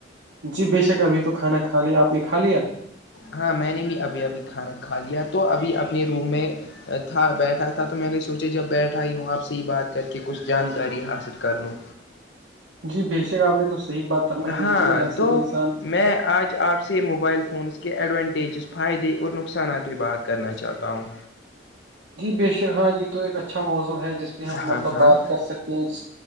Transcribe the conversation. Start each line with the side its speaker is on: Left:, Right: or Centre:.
Right: جی بےشک ابھی تو کھانا کھا لیا آپ نے کھا لیا
Left: ہاں میں نے بھی ابھی ابھی کھانا کھا لیا تو ابھی اپنے روم میں تھا بیٹھا تھا تو میں نے سوچا جب بیٹھا ہی ہوں آپ سے ہی بات کر کے کچھ جانکاری حاصل کر لوں
Right: جی بیشک آپ نے تو صحیح بات فرمائی
Left: ہاں
Right: دیکھی ہے ایسے
Left: تو
Right: انسان
Left: میں آج آپ سے سے موبائل فونس کے ایڈوانٹیجز فائدے اور نقصانات پہ بات کرنا چاہتا ہوں
Right: جی بےشک ہاں یہ تو ایک اچھا موضوع ہے جس پہ ہم
Left: ہاں
Right: مطلب
Left: ہاں
Right: بات کر سکتے ہیں ج